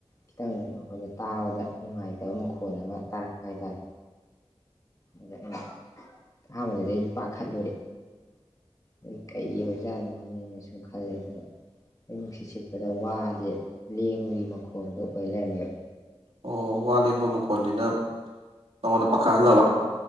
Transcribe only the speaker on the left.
ꯈꯤꯇꯪ ꯃꯈꯣꯜꯁꯦ ꯇꯥꯕꯗ ꯅꯨꯡꯉꯥꯏꯇꯕ ꯃꯈꯣꯜ ꯑꯃ ꯇꯥꯔꯛꯄ ꯍꯥꯏ ꯇꯥꯔꯦ ꯑꯗ ꯑꯩꯅ ꯑꯍꯥꯟꯕꯗꯗꯤ ꯑꯩꯁꯨ ꯄꯥꯈꯠꯂꯨꯔꯦ ꯑꯩ ꯀꯩ ꯑꯣꯏꯖꯥꯠꯅꯣꯅꯦꯅ ꯁꯨꯝ ꯈꯜꯂꯦ ꯑꯗꯨꯒ ꯈꯣꯏ ꯅꯨꯡꯁꯤꯠ ꯁꯤꯠꯄꯗ ꯋꯥꯁꯦ ꯂꯦꯡꯕꯒꯤ ꯃꯈꯣꯜꯗꯣ ꯑꯣꯏꯂꯩꯔꯝꯃꯦꯕ